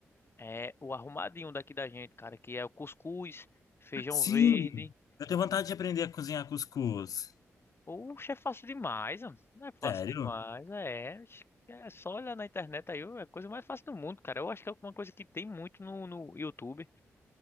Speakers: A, on the left; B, on the left.
A: é o arrumadinho daqui da gente, cara, que é o cuscuz, feijão
B: Sim!
A: verde.
B: Eu tenho vontade de aprender a cozinhar cuscuz.
A: Oxe, é fácil demais, ó. Não é fácil
B: Sério?
A: demais, é. Acho que É só olhar na internet aí, é a coisa mais fácil do mundo, cara. Eu acho que é uma coisa que tem muito no, no YouTube.